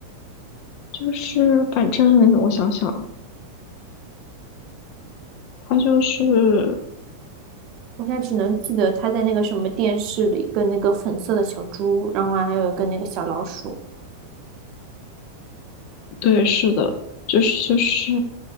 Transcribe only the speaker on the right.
我现在只能记得他在那个什么电视里跟那个粉色的小猪，然后还有跟那个小老鼠。